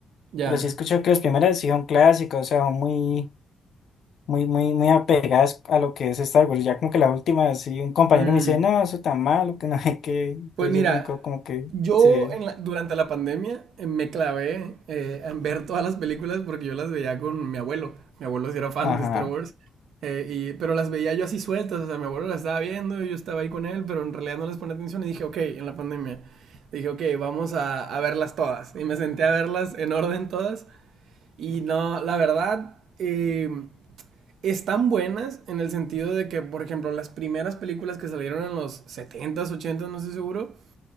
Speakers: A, on the right; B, on the left.
A: Ya.
B: pero sí escucho que las primeras sí son clásicas, o sea, son muy, muy, muy, muy apegadas a lo que es Star Wars. Ya como que la última, sí, un compañero
A: Mm,
B: me dice, no, eso tan malo, que no hay que, entonces
A: Pues mira,
B: yo me quedo como que,
A: yo
B: sí,
A: en la- durante la pandemia eh, me clavé eh, en ver todas las películas porque yo las veía con mi abuelo. Mi abuelo sí era fan
B: ajá,
A: de Star Wars. eh, y, pero las veía yo así sueltas, o sea, mi abuelo las estaba viendo, y yo estaba ahí con él, pero en realidad no les ponía atención y dije, ok, en la pandemia, dije, ok, vamos a, a verlas todas. Y me senté a verlas en orden todas. Y no, la verdad, eh, están buenas en el sentido de que, por ejemplo, las primeras películas que salieron en los setentas, ochentas, no estoy seguro,